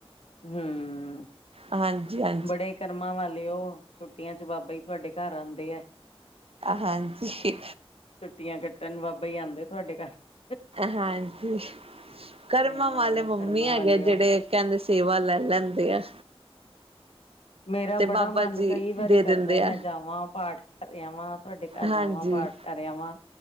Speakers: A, on the left (about 70°); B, on the right (about 65°).
A: ਹਮ।
B: ਹਾਂਜੀ ਹਾਂ।
A: ਬੜੇ ਕਰਮਾਂ ਵਾਲੇ ਉਹ ਛੁੱਟੀਆਂ ਚ ਬਾਬਾ ਜ ਤੁਹਾਡੇ ਘਰ ਆਉਂਦੇ ਹੈ।
B: ਹਾਂਜੀ।
A: ਛੁੱਟੀਆਂ ਕੱਟਣ ਬਾਬਾ ਜੀ ਆਉਂਦੇ ਤੁਹਾਡੇ ਘਰ।
B: ਹਾਂਜੀ। ਕਰਮਾਂ
A: ਹਾਂ
B: ਵਾਲੇ ਮੰਮੀ
A: ਕਰਮਾਂ
B: ਹੈਗੇ।
A: ਵਾਲੇ
B: ਜਿਹੜੇ
A: ਉਹ
B: ਕਹਿੰਦੇ ਸੇਵਾ ਲੈ ਲੈਂਦੇ ਆ।
A: ਮੇਰਾ
B: ਤੇ ਬਾਬਾ
A: ਬੜਾ ਮਨ
B: ਜੀ
A: ਕਈ ਵਾਰੀ
B: ਦੇ
A: ਕਰਦਾ।
B: ਦਿੰਦੇ
A: ਮੈਂ
B: ਆ
A: ਜਾਵਾਂ ਪਾਠ ਘ ਆਵਾਂ ਤੁਹਾਡੇ ਘਰ
B: ਹਾਂਜੀ
A: ਜਾਵਾਂ ਪਾਠ ਕੇ ਕਰਿਆ ਵਾਂ